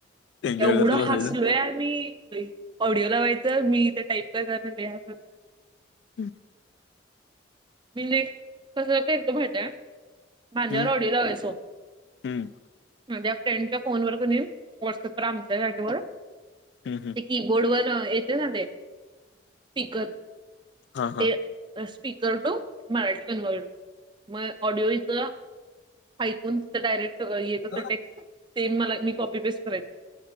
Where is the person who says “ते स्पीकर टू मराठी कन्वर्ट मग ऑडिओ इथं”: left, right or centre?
Right